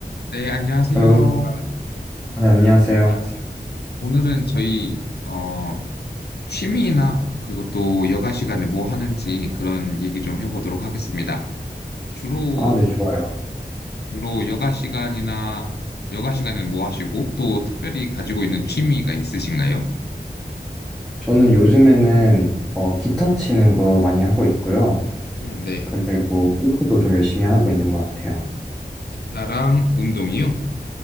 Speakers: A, on the left; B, in the centre.
A: 네, 안녕하세요.
B: 어,
A: 네,
B: 의사, 네, 안녕하세요.
A: 안녕하세요. 오늘은 저희 어, 취미나 그리고 또 여가 시간에 뭐 하는지 그런 얘기 좀 해보도록 하겠습니다. 주로
B: 아, 네, 좋아요.
A: 주로 여가 시간이나 여가 시간은 뭐 하시고 또 특별히 가지고 있는 취미가 있으신가요?
B: 저는 요즘에는 어, 기타 치는 거 많이 하고 있고요.
A: 어, 네.
B: 그리고 운동도 좀 열심히 하고 있는 것 같아요.
A: 기타랑 운동이요.